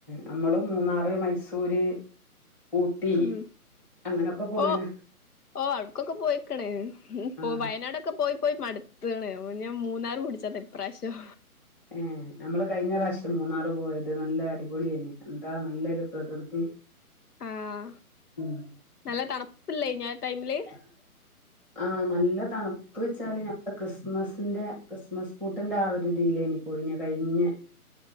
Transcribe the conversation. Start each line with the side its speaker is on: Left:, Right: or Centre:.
Centre: നമ്മളും മൂന്നാറ് മൈസൂര് ഊട്ടി
Left: ഉും
Centre: അങ്ങനൊക്കെ പോയിണ്
Left: ഓ ഓ അട്ക്കൊക്കെ പോയിക്കണ് ഇപ്പോ
Centre: ആഹ്
Left: വയനാടൊക്കെ പോയി പോയി മടുത്തണ് ഞൻ മൂന്നാറ് പുടിച്ചാതാ ഇപ്രാവശ്യം
Centre: ഏ നമ്മള് കഴിഞ്ഞ പ്രാവശ്യം മൂന്നാറ് പോയത് നല്ല അടിപൊളിയെന്ന് എന്താ നല്ലൊരു പ്രകൃതി
Left: ആഹ്
Centre: ഉം
Left: നല്ല തണുപ്പില്ലേ ഞാടൈമില്?
Centre: <unintelligible> ആഹ് നല്ല തണുപ്പ് വെച്ചാല് ക്രിസ്മസിന്റെ ക്രിസ്മസ് പൂട്ടിന്റെ ആ ഒരുതിയിലേനി പോയിഞ്ഞ കഴിഞ്ഞ്